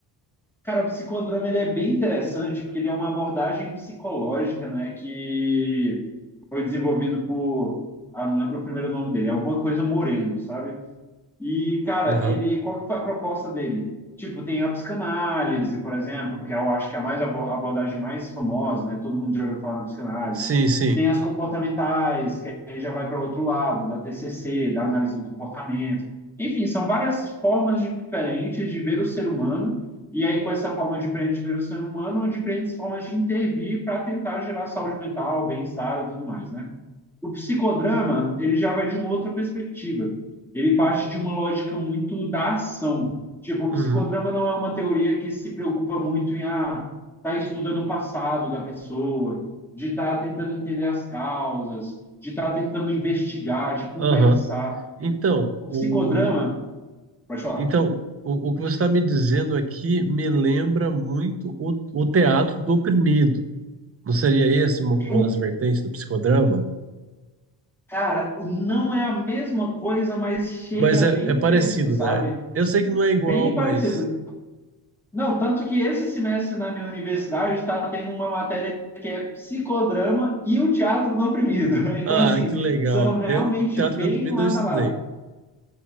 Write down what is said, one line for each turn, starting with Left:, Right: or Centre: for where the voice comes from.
Centre: cara, o psicodrama ele é bem interessante porque ele é uma abordagem psicológica, né, que foi desenvolvido por, ah, não lembro o primeiro nome dele, alguma coisa Moreno, sabe? E, cara,
Right: Aham.
Centre: ele, qual que foi a proposta dele? Tipo, tem a psicanálise, por exemplo, que é, eu acho que é a mais a abordagem mais famosa, né? Todo mundo já ouviu falar na psicanálise.
Right: Sim, sim.
Centre: Tem as comportamentais, que aí já vai para o outro lado, da TCC, da análise do comportamento. Enfim, são várias formas diferentes de ver o ser humano, e aí com essa forma diferente de ver o ser humano, diferentes formas de intervir para tentar gerar saúde mental, bem-estar e tudo mais, né? O psicodrama, ele já vai de uma outra perspectiva. Ele parte de uma lógica muito da ação. Tipo, o
Right: Uhum.
Centre: psicodrama não é uma teoria que se preocupa muito em ah, tá estudando o passado da pessoa, de estar tá tentando entender as causas, de estar tá tentando investigar, de conversar.
Right: Aham. Então,
Centre: O
Right: o,
Centre: psicodrama, pode falar.
Right: Então, o, o que você está me dizendo aqui me lembra muito o, o teatro do oprimido. Não seria esse uma, uma
Centre: O,
Right: das vertentes do psicodrama?
Centre: cara, não é a mesma coisa, mas chega
Right: Mas é,
Centre: bem
Right: é parecido,
Centre: perto, sabe?
Right: né? Eu sei que não é igual,
Centre: Bem parecido.
Right: mas.
Centre: Não, tanto que esse semestre na minha universidade está tendo uma matéria que é psicodrama e o teatro do oprimido. <laughs> Então,
Right: Ah,
Centre: assim,
Right: que legal.
Centre: são realmente
Right: Eu, teatro
Centre: bem
Right: do oprimido
Centre: lado
Right: eu estudei.
Centre: a lado.